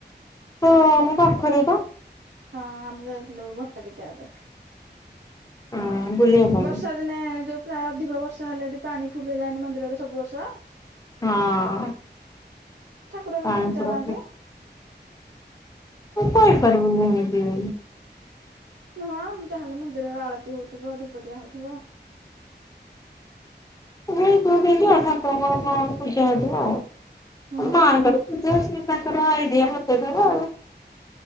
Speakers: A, on the left; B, on the right.
A: ହଁ ଆମ ପାଖରେ ବା।
B: ହଁ ଆମେ ଯାଇଥିଲୁ ଭଟାରିକା ଏବେ
A: ହଁ ବୁଲିବା ପାଇଁ
B: ଏବର୍ଷା ଦିନେ ଯୋଉ ପ୍ରାୟ ଅଧିକ ବର୍ଷା ହେଲେ ହେଠି ପାଣି ଫୁଲ ଯାଏନି ମନ୍ଦିର ରେ ସବୁ ବର୍ଷ।
A: ହଁ।
B: ଠାକୁର କେଁତି
A: ପାଣିପୁରା
B: ପୂଜା ପାଆନ୍ତି।
A: ମୁଁ କଇ ପାରିବିନି କେମିତି।
B: ନୁହଁ ଯାହେଲେ ମନ୍ଦିର ଆଳତି ହଉଥିବ ଧୂପଦିଆ ହଉଥିବ।
A: ହେଇଥିବ କେଁତି ଆଉ ଠାକୁରଙ୍କର କଁ ଗୋଟେ ପୁଜା ହେଇଥିବ ଆଉ।
B: ହୁଁ
A: ମା ଙ୍କର ପୁଜା ସିଏ ତାଙ୍କର ଆଇଡିଆ ଖଟଉଥିବେ ଆଉ।